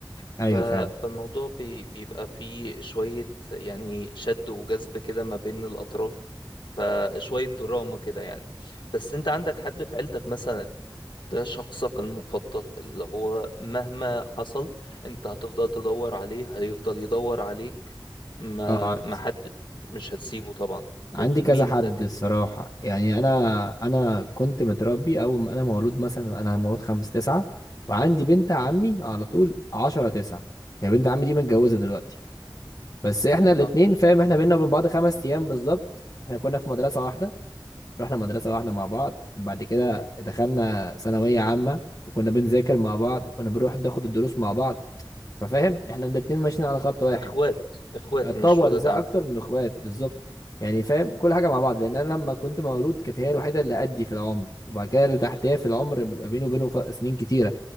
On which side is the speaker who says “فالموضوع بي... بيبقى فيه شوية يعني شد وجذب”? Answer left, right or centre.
Left